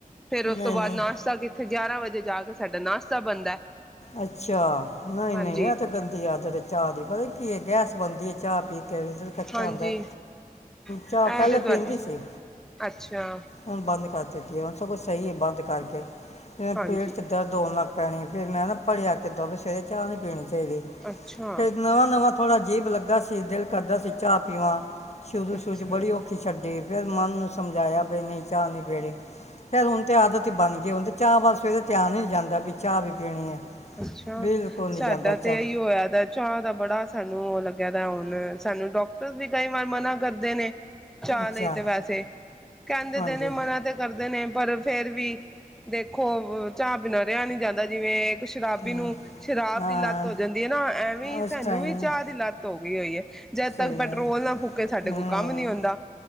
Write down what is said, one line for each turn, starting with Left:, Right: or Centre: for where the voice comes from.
Centre: ਫੇਰ ਉਸ
Left: ਨਹੀਂ
Centre: ਤੋਂ ਬਾਅਦ
Left: ਨਹੀਂ
Centre: ਨਾਸ਼ਤਾ ਕਿੱਥੇ ਗਿਆਰਾਂ ਵਜੇ ਜਾ ਸਾਡਾ ਨਾਸ਼ਤਾ ਬਣਦਾ
Left: ਅੱਛਾ। ਨਹੀਂ
Centre: ਹਾਂਜੀ
Left: ਨਹੀਂ ਇਹ ਤੇ ਗੰਦੀ ਆਦਤ ਚਾ ਦੀ ਬ ਕੀ ਗੈਸ ਬਣਦੀ ਹੈ ਚਾਹ ਪੀ ਕੱਚਾ
Centre: ਹਾਂਜੀ
Left: ਹੁੰਦਾ
Centre: ਇਹ
Left: ਚਾਹ ਪਹਿਲਲੇ
Centre: ਤੇ ਤੁਹਾਡੇ
Left: ਪੀਂਦੀ ਸੀ
Centre: ਅੱਛਾ
Left: ਹੁਣ ਬੰਦ ਕਰ ਦਿੱਤੀ ਹੈ ਹੁਣ ਸਗੋਂ ਸਹੀ ਹੈ ਬੰਦ ਕਰਕੇ
Centre: ਹਾਂਜੀ
Left: ਪੇਟ 'ਚ ਦਰਦ ਹੋਣ ਲੱਗ ਪੈਣੀ ਫਿਰ ਮੈਂ ਨਾ <unintelligible> ਦੋ ਸਵੇਰੇ ਚਾਹ ਨੀ ਪੀਣੀ <unintelligible> ਸੇਵੇ
Centre: ਅੱਛਾ
Left: ਤੇ ਨਵਾਂ ਨਵਾਂ <unintelligible> ਥੋੜਾ ਅਜੀਬ ਲੱਗਾ ਸੀ, ਦਿਲ ਕਰਦਾ ਸੀ ਚਾਹ ਪੀਵਾਂ <unintelligible> ਸ਼ੁਰੂ
Centre: ਅੱਛਾ
Left: ਸ਼ੁਰੂ ਚ ਬੜੀ ਔਖੀ ਛੱਡੀ ਫਿਰ ਮਨ ਨੂੰ ਸਮਝਾਇਆ <unintelligible> ਬਾਈ ਨਹੀਂ ਚਾਹ ਨੀ ਪੀੜੇ ਫਰ ਹੁਣ ਤੇ ਆਦਤ ਹੀ ਬਣ ਗਈ ਹੋੁਣ ਤੇ ਚਾਹ ਵੱਲ ਸਵੇਰੇ ਧਿਆਨ ਹੀ ਨਹੀਂ ਜਾਂਦਾ ਵੀ ਚਾਹ ਵੀ ਪੀਣੀ ਹੈ।
Centre: <unintelligible> ਅੱਛਾ।
Left: ਬਿਲਕੁਲ
Centre: ਸਾਡਾ
Left: ਨਹੀਂ ਜਾਂਦਾ ਚਾਹ
Centre: ਤੇ ਇਹੀ ਹੋਇਆ ਚਾਹਅ ਦਾ ਬੜਾ ਸਾਨੂੰ ਉਹ ਲੱ <unintelligible> ਜਣਾ ਹੁਣ ਸਾਨੂੰ ਡਾਕਟਰ ਵੀ ਕਈ ਵਾਰ ਮਨਾ ਕਰਦੇ ਨੇ ਚਾਅ
Left: ਅੱਛਾ
Centre: ਲਈ ਤੇ ਵੈਸੇ, ਕਹਿੰਦੇ
Left: ਹਾਂਜੀ
Centre: ਤੇ ਨੇ ਮਨਾ ਤੇ ਕਰਦੇ ਨੇ <unintelligible> ਪਰ ਹੁਣ ਫੇਰ ਵੀ ਦੇਖੋ ਚਾਹ ਬਿਨਾਂ ਰਿਹਾ ਨਹੀਂ ਜਾਂਦਾ ਜਿਵੇਂ ਤੇ ਸ਼ਰਾਬੀ
Left: ਹਮ,
Centre: ਨੂੰ ਸ਼ਰਾਬ
Left: ਹਾਂ
Centre: ਦੀ ਲੱਤ ਹੋ ਜਾਂਦੀ ਹੈ ਨਾ। ਐਵੇਂ ਹੀ ਸਾਨੂੰ
Left: ਉਸ ਟਾਈਮ
Centre: ਵੀ ਚਾਹ ਦੀ ਲੱਤ ਹੋ <inaudible>
Left: ਸਹੀ
Centre: ਤੱਕ ਪੈਟਰੋਲ
Left: ਗੱਲ।
Centre: ਨਾ ਫੂਕੇ ਸਾਡੇ
Left: ਹੂੰ,
Centre: ਕੋਲ ਕੰਮ ਨੀ ਆਉਂਦਾ